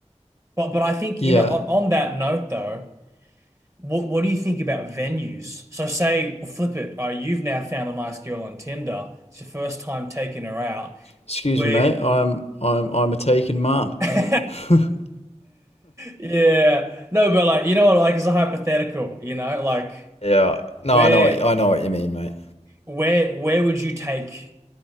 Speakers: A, on the right (about 25°); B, on the left (about 60°).
A: but but I think
B: yeah.
A: you know on, on that note though what what do you think about venues? So say well, flip it. Uh, you've now found a nice girl on Tinder. It's your first time taking her out.
B: Excuse
A: Where
B: me, mate. I'm I'm I'm a taken man. <laughs>
A: <laughs> Yeah. No, but like you know what, like it's a hypothetical, you know, like
B: Yeah. No,
A: where
B: I know what I know what you mean, mate.
A: where where would you take